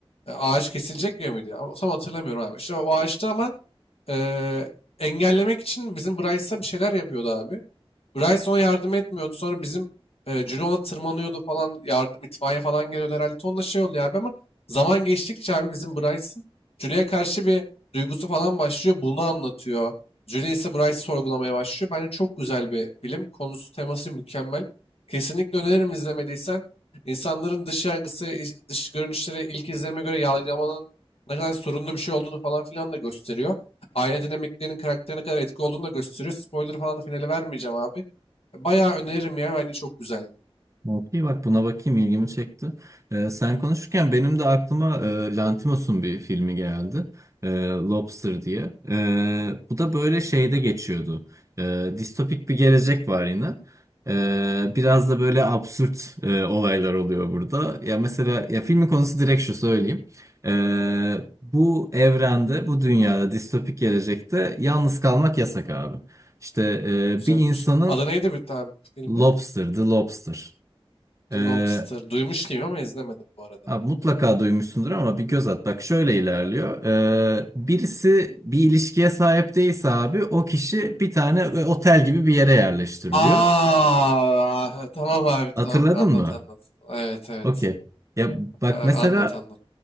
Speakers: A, on the left; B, on the right.
A: E, ağaç kesilecek diyor muydu? Ama tam hatırlamıyorum abi. İşte o ağaçta ama eee, engellemek için bizim Bryce'a bir şeyler yapıyordu abi. Bryson yardım etmiyordu. Sonra bizim e, Ciro ona tırmanıyordu falan. Yardım itfaiye falan geliyordu herhalde. Tonla şey oldu ya abi ama zaman geçtikçe abi bizim Bryson Julie'ye karşı bir duygusu falan başlıyor. Bunu anlatıyor. Julie ise Bryce'ı sorgulamaya başlıyor. Bence çok güzel bir film. Konusu teması mükemmel. Kesinlikle öneririm izlemediysen. İnsanların dış yargısı, iç- dış görünüşleri ilk izlenime göre yargılamanın ne kadar sorunlu bir şey olduğunu falan filan da gösteriyor aile dinamiklerinin karakterine kadar etki olduğunu da gösteriyor. Spoiler falan da finale vermeyeceğim abi. Bayağı öneririm ya. Bence çok güzeldi.
B: Okey bak buna bakayım ilgimi çekti. Ee, sen konuşurken benim de aklıma e, Lanthimos'un bir filmi geldi. Ee, Lobster diye. Ee, bu da böyle şeyde geçiyordu. Ee, distopik bir gelecek var yine. Ee, biraz da böyle absürt e, olaylar oluyor burada. Ya mesela ya filmin konusu direkt şu söyleyeyim. Ee, bu evrende, bu dünyada distopik gelecekte yalnız kalmak yasak abi. İşte
A: Güzelmiş.
B: e, bir insanın
A: Adı neydi bir tane filmin?
B: Lobster, The Lobster. E,
A: The Lobster. Duymuş gibi ama izlemedim bu arada.
B: Abi mutlaka duymuşsundur ama bir göz at. Bak şöyle ilerliyor. Ee, birisi bir ilişkiye sahip değilse abi o kişi bir tane ve otel gibi bir yere yerleştiriliyor.
A: Aa, tamam abi tamam.
B: Hatırladın
A: Anlat
B: mı?
A: anlat. Evet evet.
B: Okey. Ya bak
A: Abi,
B: mesela
A: anlat anlat.